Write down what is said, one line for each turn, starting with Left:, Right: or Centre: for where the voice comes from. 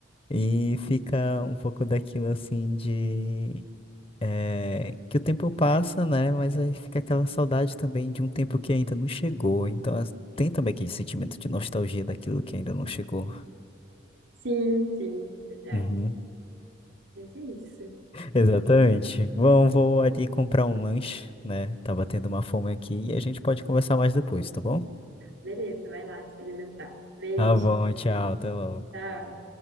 Left: E fica um pouco daquilo assim de. eh, que o tempo passa, né? Mas aí fica aquela saudade também de um tempo que ainda não chegou. Então as- tem também aquele sentimento de nostalgia daquilo que ainda não chegou.
Right: Sim, sim, verdade.
Left: Uhum.
Right: Mas é isso.
Left: Exatamente. Bom, vou ali comprar um lanche, né? Tá batendo uma fome aqui e a gente pode conversar mais depois, tá bom?
Right: Beleza, vai lá se alimentar. Beijo,
Left: Tá bom, tchau, até logo.
Right: tchau.